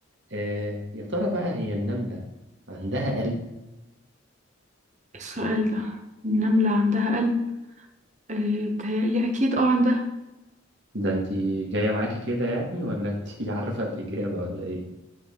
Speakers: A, on the right (about 60°); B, on the right (about 35°).
A: آه يا ترى بقى هي النملة عندها قلب
B: السؤال ده النمله عندها قلب آه، بتهيألي اكيد اه عندها
A: ده انتي جاية معاكي كده يعني ولا انتي <laughs> عارفة الإجابة ولا ايه